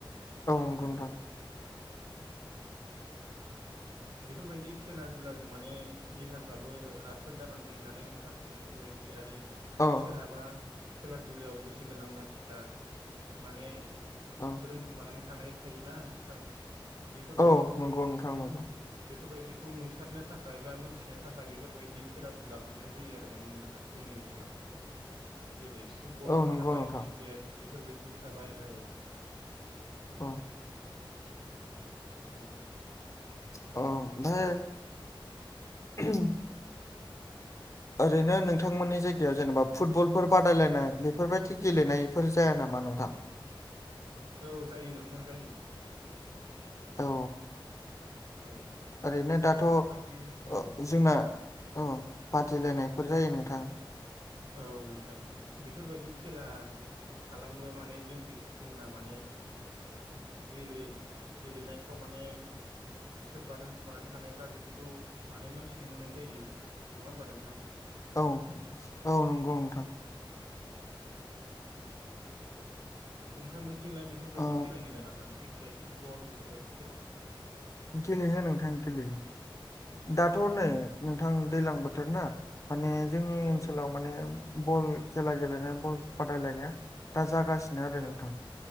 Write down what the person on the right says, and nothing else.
औ बेफोरबायदि खेला दुलाजों माने देहाफ्राबो राफोद जानानै थायो नालाय नोंथां। बेफोरबायदि आरो
सोरहाबा खेला दुलायाव गोसो गोनां मानसिफ्रा माने
रोंखुमानानै थानाय थायोना नोंथां। बेफोरबायदिखौ
बेफोरबायदिखौ नुसारनो थाखाय बा मोनथिनो थाखाय बेफोरबायदि खेला दुला खालामनाय जायो आरो माने नोंथां जोंनि ओनसोलाव।
<unintelligible> फुटबलबो
थाबाय
क्रिकेट बेफोरबायदिबो थाबाय औ।
उम
औ जायो नोंथां जायो।
औ
बेफोरबायदि
औ
औ नोंथां बेफोरबायदि खेला खालामबा माने जोंनिखै जोंना माने गेले गेलेनायफ्राव माने सोरबा रोंखुमानानै थानायफ्रा बेफोरखौ माने मोन्थिनो मोननाय जायो। नङा होमबा नोंथां?
नोंथांमोनथिंलाय बेफोरबायदि
खेला गेलेया नामा? क्रिकेट फुटबल बेफोरबायदि खेला।
औ
नोंथां
औ